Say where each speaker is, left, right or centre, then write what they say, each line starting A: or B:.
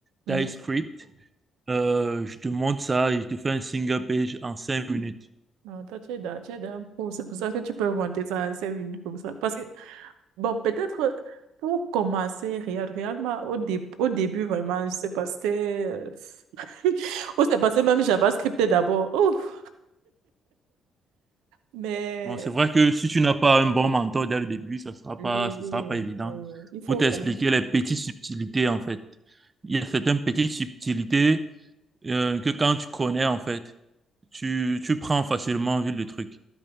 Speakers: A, on the right (about 80°); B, on the right (about 35°).
A: Mhm.
B: TypeScript Euh, je te montre ça et je te fais un single page en cinq minutes.
A: Non, toi, tu es dans, tu es dans un pro, c'est pour ça que tu peux monter ça à cinq minutes comme ça. Parce que Bon, peut-être euh, pour commencer, Real, Real m'a- au, dé- au début, vraiment, je sais pas, c'était. euh, <laughs> On s'est passé même JavaScript d'abord. Ouf, mais
B: Bon, c'est vrai que si tu n'as pas un bon mentor dès le début, ça sera
A: oui,
B: pas, ça
A: oui,
B: sera pas évident
A: oui, il faut
B: pour t'expliquer
A: quand même.
B: les petites subtilités, en fait. Il y a certaines petites subtilités euh, que quand tu connais, en fait, tu, tu prends facilement en vue le truc.